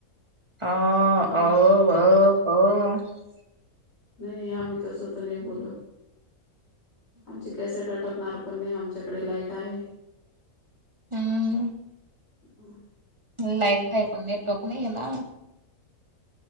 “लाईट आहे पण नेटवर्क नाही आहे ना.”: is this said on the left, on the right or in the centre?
Right